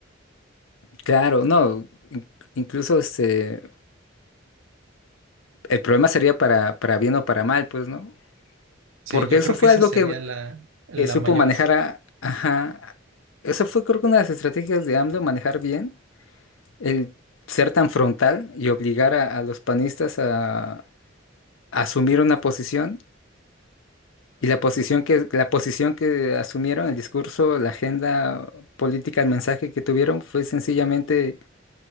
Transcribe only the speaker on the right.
Sí,
yo
creo
que esa
sería
la, la
mayor,